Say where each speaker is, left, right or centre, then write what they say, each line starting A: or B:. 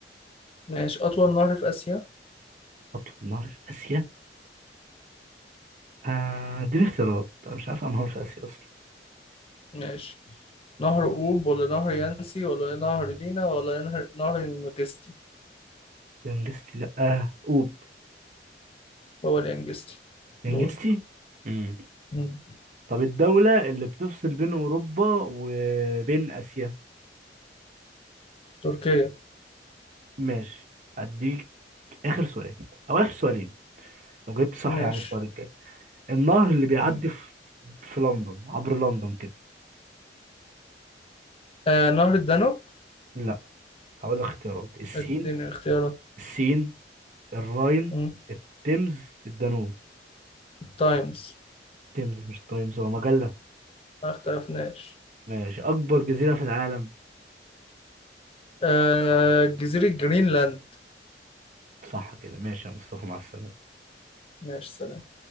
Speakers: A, on the left; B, on the right.
A: ماشي أطول نهر في آسيا
B: حط النهر في آسيا آه دي الاختيارات أنا مش عارف أنهار في آسيا أصلا
A: ماشي نهر أوب ولا نهر يانسي ولا نهر لينا ولا نهر نهر الينجستي
B: لانجستي لأ آه، أوب
A: هو اليانجستي
B: لانجستي
A: دول
B: امم
A: مم.
B: طب الدولة اللي بتفصل بين أوروبا وبين آسيا
A: تركيا
B: ماشي أديك آخر سؤال أو آخر سؤالين لو جبت صح
A: ماشي
B: يعني السؤال الجاي النهر اللي بيعدي
A: ماشي.
B: في, في لندن عبر لندن كده
A: آه نهر الدانوب
B: لا هقول لك اختيارات السين
A: اديني اختيارات
B: السين الراين
A: مم.
B: التيمز الدانوب
A: التايمز
B: التيمز مش التايمز هو مجلة
A: ما اختلفناش
B: ماشي أكبر جزيرة في العالم
A: آه جزيرة جرينلاند
B: صح كده ماشي يا مصطفى مع السلامة
A: ماشي سلام